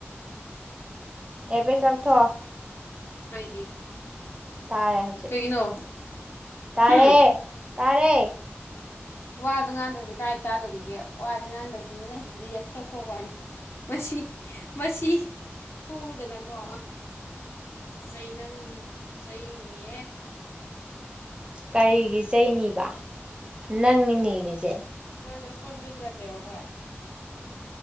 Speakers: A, on the right (about 20°); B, on the left (about 65°).
A: ꯑꯦꯌꯔ ꯆꯤꯁ ꯂꯧꯊꯣꯛꯑꯣ
B: ꯀꯩꯒꯤ
A: ꯇꯥꯔꯦ ꯍꯧꯖꯤꯛ
B: ꯀꯩꯒꯤꯅꯣ
A: ꯇꯥꯔꯦ
B: ꯍꯝ
A: ꯇꯥꯔꯦ
B: ꯋꯥꯗꯣ ꯉꯥꯡꯗ꯭ꯔꯗꯤ ꯀꯥꯏ ꯇꯥꯗꯣꯔꯤꯒꯦ ꯋꯥꯁꯦ ꯉꯥꯡꯗꯕ ꯇꯃꯤꯟ ꯂꯩꯕꯁꯤꯗꯤ ꯑꯦꯌꯔ ꯄꯤꯁ ꯂꯧꯊꯣꯛꯀꯣ ꯀꯥꯏꯅ ꯃꯁꯤ ꯃꯁꯤ ꯐꯨꯗꯅꯀꯣ ꯆꯩꯅꯝ ꯆꯩꯅꯤꯌꯦ
A: ꯀꯔꯤꯒꯤ ꯆꯩꯅꯤꯕ ꯅꯪꯅꯤꯅꯦ ꯅꯤꯔꯤꯁꯦ
B: ꯀꯣꯏꯕꯗꯣ ꯀꯣꯏꯕ ꯆꯠꯂꯨꯔꯁꯦꯕ ꯑꯩꯈꯣꯏ